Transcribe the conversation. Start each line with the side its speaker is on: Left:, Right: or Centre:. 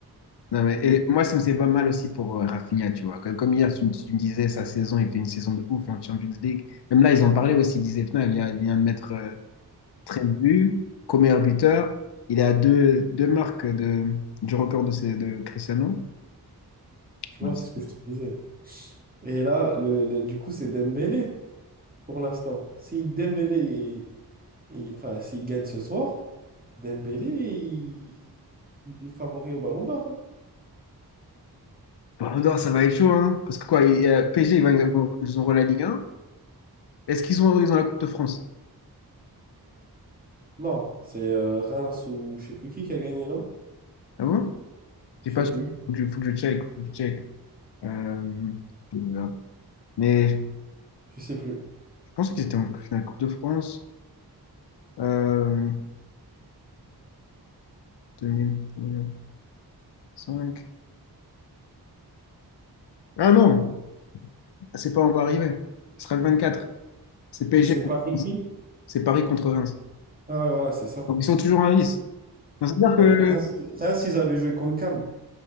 Left: Non, mais,
Right: Il
Left: et
Right: est-
Left: moi, ça me fait pas mal aussi pour euh, Rafinha, tu vois. Comme, comme hier, tu, me tu me disais, sa saison, il fait une saison de ouf en Champions League. Même là, ils en parlaient aussi. Ils disaient, putain, il vient, il vient de mettre euh, 13 buts, comme meilleur buteur. Il est à deux, deux marques de, du record de, ses- de Cristiano.
Right: tu
Left: Mince.
Right: vois, c'est ce que je te disais. Et là, le, le- du coup, c'est Dembélé. pour l'instant. Si Dembélé, il- il- enfin, s'il gagne ce soir, Dembélé, il, il est favori au Ballon d'Or. hein.
Left: Ballon d'or, ça va être chaud, hein. Parce que quoi, il, y a PSG, ils, vont- ils auront la Ligue un Est-ce qu'ils ont, ils ont la Coupe de France?
Right: Non, c'est euh, Reims ou je sais plus qui qui a gagné, non?
Left: Ah bon? Je
Right: Je
Left: sais pas,
Right: sais plus.
Left: faut que je, faut que je check, faut que je check. Euh, voilà. mais
Right: Je sais plus.
Left: je pense qu'ils étaient en finale Coupe de France. Euh, 2000, 2005. Ah non, c'est pas encore arrivé. Ce sera le 24. C'est PSG
Right: Et c'est
Left: contre
Right: Paris
Left: Reims.
Right: qui?
Left: C'est Paris contre Reims.
Right: Ah ouais, voilà, c'est ça.
Left: Donc ils sont toujours en lice. Donc, ça veut
Right: Parce
Left: dire
Right: que Reims,
Left: que...
Right: Reims, ils avaient joué contre Cannes.